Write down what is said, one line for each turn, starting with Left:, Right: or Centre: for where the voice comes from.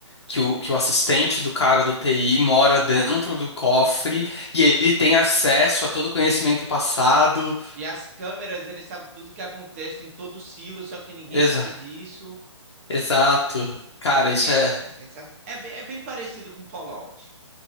Left: que o, que o assistente do cara do TI mora dentro do cofre e ele tem acesso a todo o conhecimento passado.
Right: E as câmeras, eles sabem tudo que acontece em todo silo, só que ninguém
Left: Exa-
Right: sabe disso.
Left: exato. Cara,
Right: Nossa,
Left: isso
Right: é,
Left: é,
Right: é sensacional. É bem, é bem parecido com Fallout.